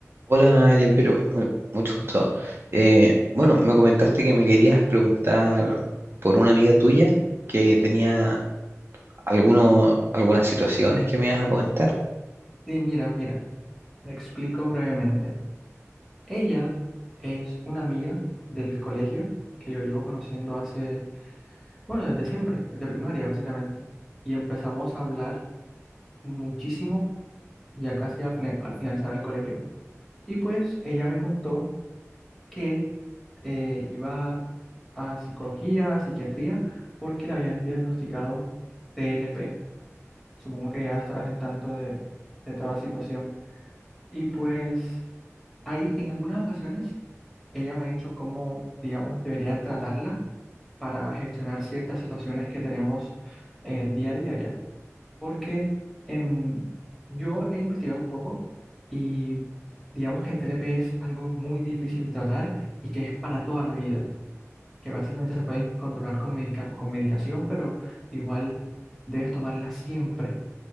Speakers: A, on the right (about 50°); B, in the centre.
A: Hola, Jean-Pierre, mu- mucho gusto. Eh, bueno, me comentaste que me querías preguntar por una amiga tuya que tenía alguno, algunas situaciones que me ibas a comentar.
B: Sí, mira, mira, te explico brevemente. Ella es una amiga del colegio que yo llevo conociendo hace, bueno, desde siempre, desde primaria básicamente. Y empezamos a hablar muchísimo ya casi al, fina- al finalizar el colegio. Y pues ella me contó que eh, iba a psicología, a psiquiatría, porque le habían diagnosticado TLP. Supongo que ya estarás al tanto de, de toda la situación. Y pues ahí en algunas ocasiones Ella me ha dicho cómo, digamos, debería tratarla para gestionar ciertas situaciones que tenemos en el día a día ya. Porque em, yo he investigado un poco y digamos que el TLP es algo muy difícil de tratar y que es para toda la vida, que básicamente se pueden controlar con medica- con medicación, pero igual debes tomarla siempre.